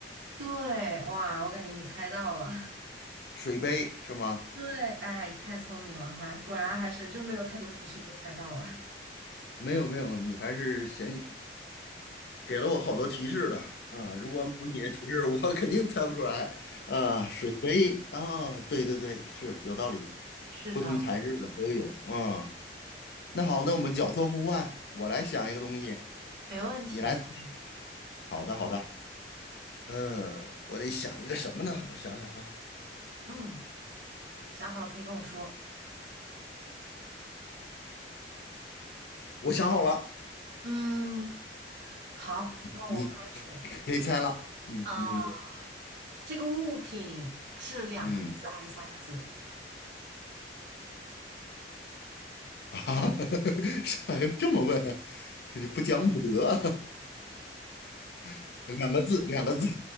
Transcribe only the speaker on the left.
水杯是吗？
没有没有，你还是先给了我好多提示的。嗯，如果没有你的提示，我 <laughs> 肯定猜不出来。啊，水杯啊，对对对，是有道理，
不同材质的都有。嗯，那好，那我们角色互换，我来想一个东西，
你来。好的好的，嗯，我得想一个什么呢？我想想啊，
我想好了，
你可以猜了。嗯，
你你
嗯。啊，<laughs> 上海这么问，你不讲武德，<laughs> 两个字，两个字。